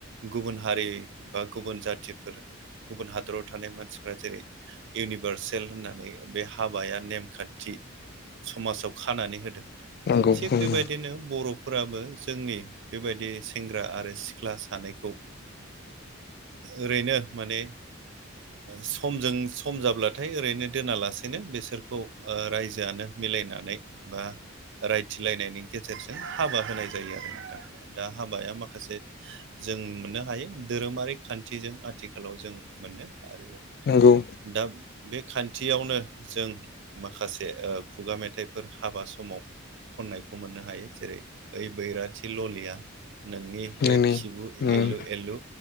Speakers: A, on the right; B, on the left.
A: गुबुन हारि बा गुबुन जाथिफोर गुबुन हादराव थानाय मानसिफ्रा जेरै इउनिभारसेल होननानै बे हाबाया नेमखानथि समाजाव खानानै होदों
B: नंगौ
A: थिग बेबायदिनो बर' फोराबो जोंनि बेबायदि सेंग्रा आरो सिख्ला सानैखौ ओरैनो माने समजों सम जाब्लाथाय ओरैनो दोनालासेनो बिसोरखौ रायजोआनो मिलायनानै बा रायथिलायनायनि गेजेरजों हाबा होनाय जायो आरोना दा हाबाया माखासे जों मोननो हायो धोरोमारि खानथिजों आथिखालाव जों मोनो आरो
B: नोंगौ
A: दा बे खानथियावनो जों माखासे खुगा मेथाइफोर हाबा समाव खननायखौ मोननो हायो जेरै ओइ बैराथि ललिया नोंनि बे
B: नोंनि
A: खिबु
B: उम
A: एलु एलु